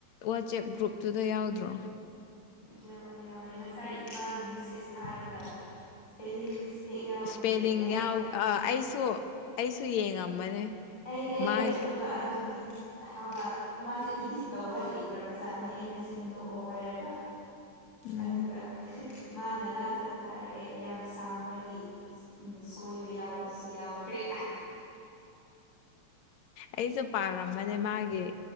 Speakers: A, on the left; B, on the left.
A: ꯋꯥꯆꯦꯞ ꯒ꯭ꯔꯨꯞꯇꯨꯗ ꯌꯥꯎꯗ꯭ꯔꯣ
B: ꯌꯥꯎꯋꯦ ꯌꯥꯎꯋꯦ ꯉꯁꯥꯏ ꯏꯄꯥꯅ ꯃꯦꯁꯦꯁ ꯊꯥꯔꯒ ꯏꯁꯄꯦꯜꯂꯤꯡ ꯃꯤꯁꯇꯦꯛ ꯌꯥꯎꯕꯒꯤ
A: ꯏꯁꯄꯦꯂꯤꯡ
B: ꯑꯩꯅ
A: ꯌꯥꯎ ꯑꯩꯁꯨ ꯑꯩꯁꯨ ꯌꯦꯡꯉꯝꯕꯅꯦ
B: ꯑꯩ ꯑꯩꯅ
A: ꯃꯥꯒꯤ
B: ꯎꯕ ꯑꯗꯨꯒꯤ ꯊꯥꯕ ꯃꯥꯁꯦ ꯏꯗꯤꯠ ꯇꯧꯕ ꯍꯩꯇ꯭ꯔꯕ ꯖꯥꯠꯅꯦ ꯑꯩꯅ ꯁꯦꯝꯗꯣꯛꯑꯣ ꯍꯥꯏꯔꯒ
A: ꯎꯝ
B: ꯑꯗꯨꯒ ꯃꯥꯅ ꯂꯥꯁꯇ ꯊꯥꯔꯛꯑꯦ ꯌꯥꯝ ꯁꯥꯡꯕꯒꯤ ꯁꯣꯏꯕ ꯌꯥꯎꯕꯁꯨ ꯌꯥꯎꯈ꯭ꯔꯦ
A: ꯑꯩꯁꯨ ꯄꯥꯔꯝꯕꯅꯦ ꯃꯥꯒꯤ